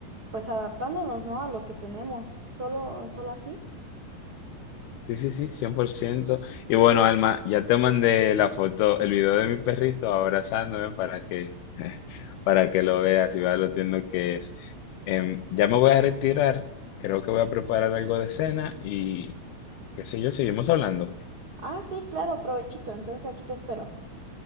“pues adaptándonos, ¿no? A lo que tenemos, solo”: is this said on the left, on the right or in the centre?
Right